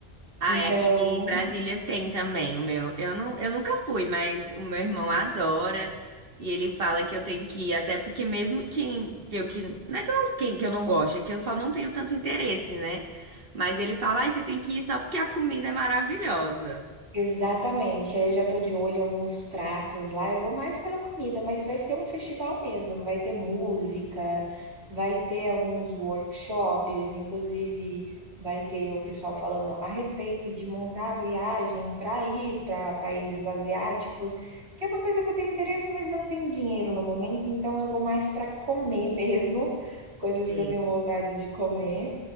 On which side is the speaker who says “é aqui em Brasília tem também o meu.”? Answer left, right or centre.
Right